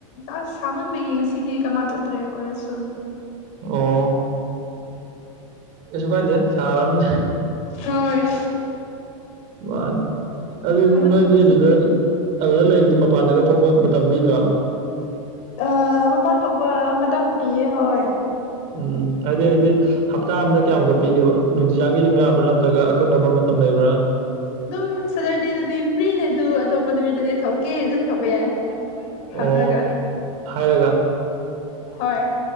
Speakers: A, on the left; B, on the right.
A: ꯑꯁ ꯁꯥꯃꯟꯕꯒꯤ ꯉꯁꯤꯗꯤ ꯀꯃꯥꯏꯅ ꯆꯠꯇ꯭ꯔꯦ ꯀꯣꯂꯦꯖꯁꯨ
B: ꯑꯣ ꯀꯩꯁꯨ ꯀꯥꯏꯗꯦ ꯁꯥꯔꯝꯅꯤ
A: ꯍꯣꯏ
B: ꯃꯥꯅꯤ ꯑꯗꯨꯗꯤ
A: ꯁꯥꯃꯟꯕꯤ
B: ꯅꯣꯏꯗꯤ ꯑꯗꯨꯗ ꯑꯗꯨꯗ ꯂꯩꯕꯗꯤ ꯃꯄꯥꯟꯗꯒ ꯊꯣꯛꯄ ꯃꯇꯝ ꯄꯤꯗ꯭ꯔꯣ
A: ꯑ ꯃꯄꯥꯟ ꯊꯣꯛꯄ ꯃꯇꯝ ꯄꯤꯌꯦ ꯍꯣꯏ
B: ꯎꯝ ꯍꯥꯏꯗꯤ ꯍꯥꯏꯗꯤ ꯍꯞꯇꯥ ꯑꯝꯗ ꯀꯌꯥꯃꯨꯛꯀ ꯄꯤꯒꯦꯕ ꯅꯨꯡꯇꯤꯖꯥꯒꯤ ꯑꯗꯨꯝ ꯌꯥꯕ꯭ꯔꯥ ꯅꯠꯇ꯭ꯔꯒ ꯑꯀꯛꯅꯕ ꯃꯇꯝ ꯂꯩꯕ꯭ꯔꯥ
A: ꯑꯗꯨꯝ ꯁꯇꯔꯗꯦꯗꯗꯤ ꯐ꯭ꯔꯤꯅꯦ ꯑꯗꯨ ꯑꯇꯣꯞꯄ ꯅꯨꯃꯤꯠꯇꯗꯤ ꯊꯣꯛꯀꯦꯗꯤ ꯑꯗꯨꯝ ꯊꯣꯛꯄ ꯌꯥꯏ ꯍꯪꯅꯒ
B: ꯑꯣ ꯍꯥꯏꯔꯒ
A: ꯍꯣꯏ